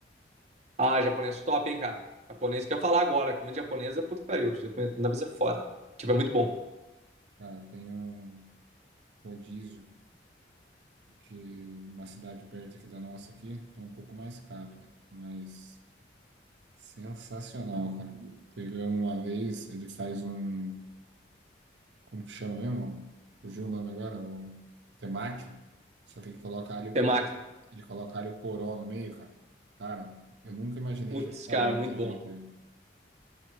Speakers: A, on the right; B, on the right.
A: Ah, japonês top, hein, cara. Japonês que eu ia falar agora. Comida japonesa, puta que pariu. Comida vez é foda. Tipo, é muito bom.
B: Cara, tem um rodízio que numa cidade perto aqui da nossa aqui, é um pouco mais caro, né? Mas sensacional, cara. Pegamos uma vez, ele faz um, como que chama mesmo? Fugiu o nome agora, o temaki, só que ele coloca alho
A: Temaki.
B: poró, ele coloca alho poró no meio, cara. Cara, eu nunca imaginei
A: Putz,
B: que ia ficar
A: cara,
B: bom
A: muito
B: desse
A: bom.
B: jeito. né?